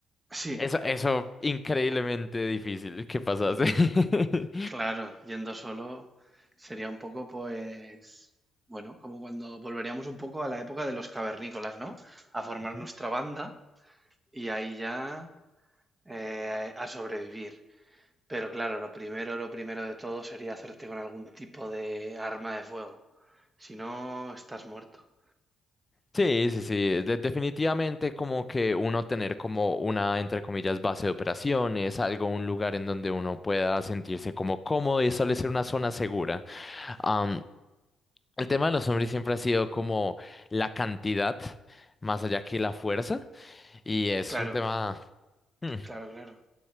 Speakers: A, on the right; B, on the left.
A: Sí,
B: Eso, eso, increíblemente difícil que pasase. <laughs>
A: claro, yendo solo sería un poco, pues, bueno, como cuando volveríamos un poco a la época de los cavernícolas, ¿no? A formar
B: Ujú.
A: nuestra banda y ahí ya eh, a sobrevivir. Pero claro, lo primero, lo primero de todo sería hacerte con algún tipo de arma de fuego. Si no, estás muerto. Sí,
B: Sí, sí, sí. de- definitivamente como que uno tener como una, entre comillas, base de operaciones, algo, un lugar en donde uno pueda sentirse como cómodo y establecer una zona segura. Am, el tema de los hombres siempre ha sido como la cantidad, más allá que la fuerza, y es
A: Claro,
B: un tema... Hmm.
A: claro, claro.